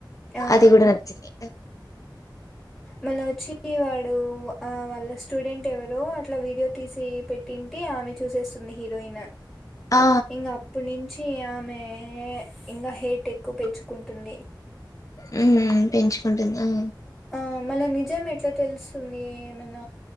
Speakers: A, in the centre; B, on the left.
A: ఆ
B: అది కూడా నచ్చింది
A: మళ్ళ వచ్చి వాడు ఆ వాళ్ళ స్టూడెంట్ ఎవరో అట్లా వీడియో తీసి పెట్టి టే ఆమె చూసేస్తుంది హీరోయిన్
B: ఆ
A: ఇంకా అప్పుటి నుంచి ఆమె ఇంకా హెట్ ఎక్కువ పెంచు కుంటుంది
B: హ్మ్మ్ పెంచుకుంటుంది ఆ
A: ఆ మళ్ల నిజం ఎట్లా తెలుస్తుంది ఎమైన